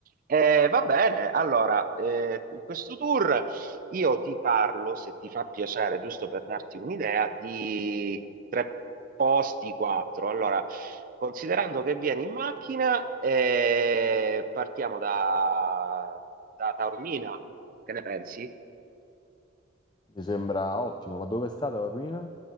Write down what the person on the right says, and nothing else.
Eh, va bene, allora, eh, in questo tour io ti parlo, se ti fa piacere, giusto per darti un'idea, di tre posti, quattro. Allora, considerando che vieni in macchina, eh, partiamo da, da Taormina, che ne pensi?